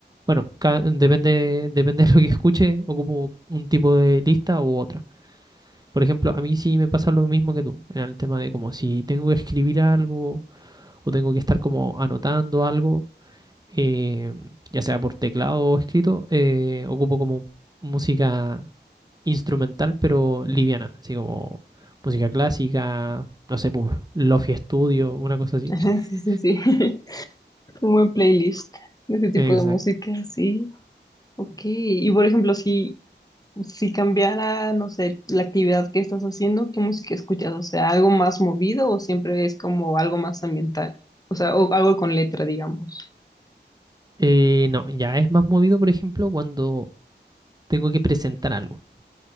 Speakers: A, on the right (about 20°); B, on the left (about 20°).
A: bueno, ca- depende, depende <laughs> de lo que escuche, ocupo un tipo de lista u otra. Por ejemplo, a mí sí me pasa lo mismo que tú, en el tema de como si tengo que escribir algo o tengo que estar como anotando algo, eh, ya sea por teclado o escrito, eh, ocupo como música instrumental pero liviana, así como música clásica, no sé, por Lofi Studio, una cosa así.
B: Ajá,
A: <laughs>
B: sí, sí, sí. <laughs> Un buen playlist de ese tipo
A: Exacto.
B: de música, sí. Ok. Y por ejemplo, si, si cambiara, no sé, la actividad que estás haciendo, ¿qué música escuchas? O sea, ¿algo más movido o siempre es como algo más ambiental? O sea, o algo con letra, digamos.
A: Eh, no, ya es más movido, por ejemplo, cuando tengo que presentar algo,